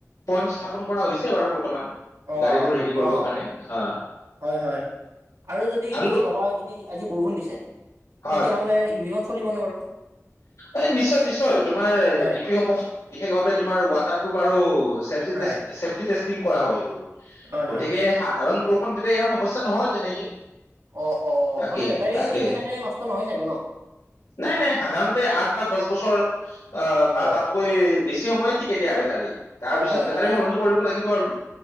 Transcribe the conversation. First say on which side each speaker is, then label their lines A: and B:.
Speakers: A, on the left (about 85°); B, on the right (about 85°).
A: পইন্ট স্থাপন কৰা হৈছে বাৰু বৰ্তমান।
B: অ
A: গাড়ী বোৰ হেৰি কৰিবৰ
B: অ
A: কাৰণে অঁ।
B: হয় হয় আৰু যদি তুমি
A: তো-
B: ভাবা যদি আজি বৰষুণ দিছে, তেতিয়াহ'লে
A: হয়
B: ই ভি খন চলিবনে বাৰু?
A: এই নিশ্চয় নিশ্চয় তোমাৰ ই
B: হয়
A: ভি সমূহত বিশেষভাৱে তোমাৰ ৱাটাৰপ্ৰুফ আৰু টেষ্ট
B: হয়
A: চেফটি টেষ্টিটিং কৰা হয় এইবোৰ।
B: হয় হয়
A: গতিকে
B: হয়
A: ধাৰণ বৰষুণ দিলে যেতিয়া ইয়াৰ সমস্যা নহয় তেনেকে।
B: অ অ
A: তাকে
B: মানে বেটাৰী
A: তাকে
B: যেনেকে নষ্ট নহয় চাগে ন।
A: নাই নাই সাধাৰণতে আঠ বা দশ বছৰ আহ বা
B: অ
A: তাত কৈ বেছি সময় ঠিকে দিয়া বেটাৰী তাৰ
B: হয়
A: পিছত
B: হয়
A: বেটাৰী
B: মানে
A: সলনি কৰিব লাগিব আৰু।